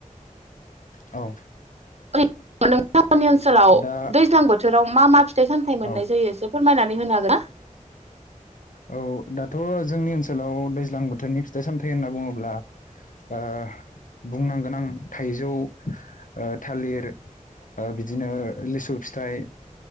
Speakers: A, on the left; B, on the right.
A: औ
B: <unintelligible> नि ओनसोलाव
A: दा
B: दैज्लां बोथोराव मा मा फिथाइ सामथाइ मोननाय
A: औ
B: जायो एसे फोरमायनानै होनो हागोनना
A: औ दाथ जोंनि ओनसोलाव दैज्लां बोथोरनि फिथाइ सामथाइ होनना बुङोब्ला ओ बुंनांगोन आं थाइजौ ओ थालिर ओ बिदिनो लिसु फिथाइ